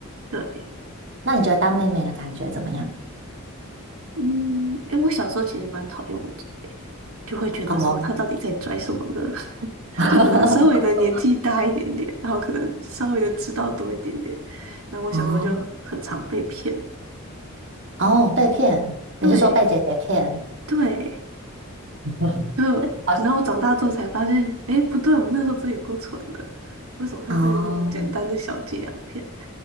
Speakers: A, on the right; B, on the right.
A: 对，
B: 那你觉得当妹妹的感觉怎么样？
A: 嗯，诶，我小时候其实蛮讨厌我姐姐，就会觉得说她到底在拽什么呢？
B: 哦，<laughs>
A: 就可能稍微的年纪大一点点，然后可能稍微的知道多一点点。然后我小时候就很常被骗，
B: 哦，哦，被骗，
A: 对
B: 你是说被姐姐骗
A: 对，
B: <laughs>？
A: 就
B: 好
A: 然后长大之后才发现，哎，不对，我那时候真的有够蠢的，为什么会被这种简单的小伎俩骗？
B: 哦